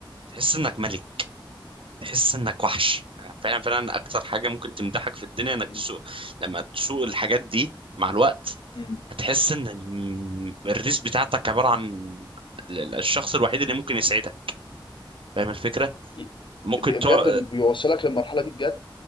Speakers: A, on the right; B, on the left.
A: تحس انك ملك تحس انك وحش فعلا فعلا اكتر حاجه ممكن تمدحك في الدنيا انك
B: مم.
A: تسوق لما تسوق الحاجات دي مع الوقت
B: مم.
A: هتحس ان ال- الريس بتاعتك عباره عن ال- الشخص الوحيد اللي ممكن يسعدك فاهم الفكره
B: ي-
A: ممكن
B: بجد
A: تع...
B: بيوصلك للمرحله دي بجد